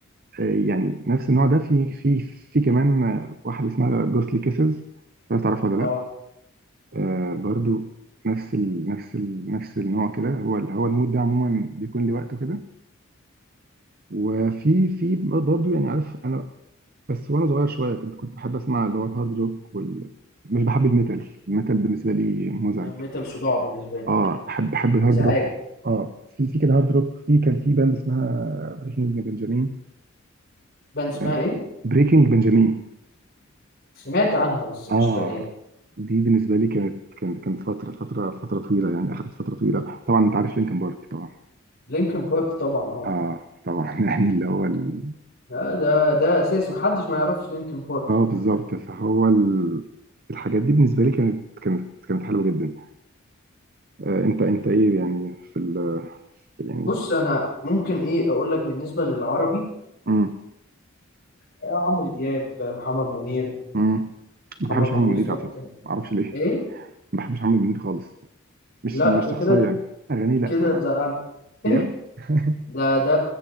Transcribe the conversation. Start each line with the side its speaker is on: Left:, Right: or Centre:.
Right: آه، يعني نفس النوع ده في في في كمان آه، واحده اسمها جوستلي كيسز مش عارف تعرفها ولا
Left: آه
Right: لا آه برضو نفس ال نفس ال نفس النوع كده هو ال- هو المود ده عموما بيكون لوقته كده وفي في برضو يعني عارف انا بس وانا صغير شويه كنت كنت بحب اسمع اللي هو الهارد روك وال مش بحب الميتال الميتال بالنسبه لي مزعج
Left: الميتال صداع بالنسبة لي
Right: اه بحب بحب الهارد
Left: إزعاج
Right: روك اه في في كده هارد روك في كان في باند اسمها بريكنج بنجامين
Left: باند اسمها
Right: آه
Left: إيه؟
Right: بريكنج بنجامين
Left: سمعت عنها بس مش
Right: اه
Left: فاهم يعني
Right: دي بالنسبه لي كانت كانت كانت فتره فتره فتره طويله يعني اخذت فتره طويله طبعا انت عارف لينكن بارك طبعا
Left: لينكن بارك طبعا آه
Right: اه طبعا <laughs> يعني اللي هو ال...
Left: لا، ده ده أساسي محدش ما يعرفش لينكن بارك
Right: اه بالظبط فهو ال... الحاجات دي بالنسبة لي كانت كانت كانت حلوة جدا آه انت انت ايه يعني في ال في يعني
Left: بص أنا ممكن إيه أقول لك بالنسبة للعربي
Right: امم
Left: آه، عمرو دياب آه، محمد منير
Right: امم ما
Left: محمد
Right: بحبش
Left: منير
Right: عمرو منير
Left: في حتة
Right: على فكرة ما اعرفش ليه
Left: إيه؟
Right: ما بحبش عمرو منير خالص مش
Left: لا
Right: مش
Left: كده
Right: شخصيا
Left: كده
Right: اغانيه لا
Left: كده
Right: ما بقى
Left: تزعلني <laughs>
Right: بجد <laughs>
Left: ده ده